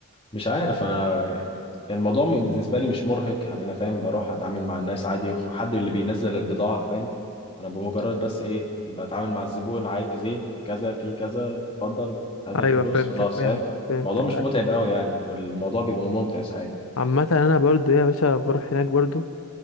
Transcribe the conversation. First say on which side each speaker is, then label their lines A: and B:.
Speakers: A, on the left; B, on the left.
A: مش عارف انا يعني الموضوع م- بالنسبه لي مش مرهق يعني انا فاهم بروح اتعامل مع الناس عادي وحد اللي بينزل البضاعه فاهم انا بمجرد بس ايه بتعامل مع الزبون عايز ايه كذا في كذا اتفضل هات الفلوس
B: ايوه فهمتك
A: خلاص
B: فهمتك
A: فاهم
B: فهمتك
A: الموضوع مش متعب قوي يعني والموضوع بيبقى ممتع ساعات
B: عامه انا برضو يا باشا بروح هناك برضو